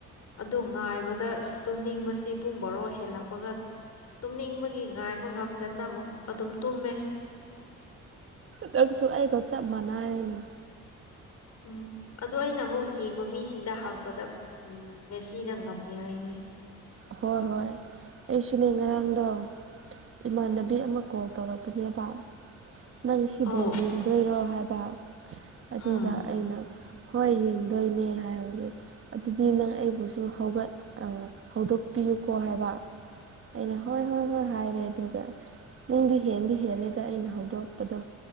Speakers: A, on the left; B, on the right.
A: ꯑꯗꯨ ꯉꯥꯏꯕꯗ ꯑꯁꯇꯨꯝꯅꯤꯡꯕꯁꯤꯗꯤ ꯄꯨꯡ ꯕꯔꯣ ꯍꯦꯜꯂꯛꯄꯒꯛ ꯇꯨꯝꯅꯤꯡꯕꯒꯤ ꯉꯥꯏꯕ ꯉꯝꯗꯅ ꯑꯃꯨꯛ ꯑꯗꯨꯝ ꯇꯨꯝꯃꯦ
B: ꯅꯪꯁꯨ ꯑꯩꯒ ꯆꯞ ꯃꯥꯟꯅꯌꯦꯅꯦ
A: ꯎꯝ ꯑꯗꯣ ꯑꯩꯅ ꯑꯃꯨꯛ ꯌꯦꯡꯕ ꯃꯤꯁꯤꯡꯗ ꯍꯥꯡꯕꯗꯞ ꯎꯝ ꯃꯦꯁꯤꯅ ꯉꯝꯃꯦ ꯍꯥꯏꯌꯦꯅꯦ
B: ꯍꯣꯏ ꯍꯣꯏ ꯑꯩꯁꯨꯅꯦ ꯉꯔꯥꯡꯗꯣ ꯏꯃꯥꯟꯅꯕꯤ ꯑꯃ ꯀꯣꯜ ꯇꯧꯔꯛꯄꯅꯦꯕ ꯅꯪ ꯉꯁꯤ
A: ꯑꯧ
B: ꯕꯣꯜ ꯌꯦꯡꯗꯣꯏꯔꯣ ꯍꯥꯏꯕ ꯑꯗꯨꯗ
A: ꯎꯝ
B: ꯑꯩꯅ ꯍꯣꯏ ꯌꯦꯡꯗꯣꯏꯅꯦ ꯍꯥꯏꯕꯒꯤ ꯑꯗꯨꯗꯤ ꯅꯪ ꯑꯩꯕꯨꯁꯨ ꯍꯧꯒꯠ ꯑ ꯍꯧꯗꯣꯛꯄꯤꯌꯨꯀꯣ ꯍꯥꯏꯕ ꯑꯩꯅ ꯍꯣꯏ ꯍꯣꯏ ꯍꯣꯏ ꯍꯥꯏꯔꯦ ꯑꯗꯨꯒ ꯄꯨꯡꯗꯤ ꯍꯦꯟꯗꯤ ꯍꯦꯜꯂꯦꯗ ꯑꯩꯅ ꯍꯧꯗꯣꯛꯄꯗꯣ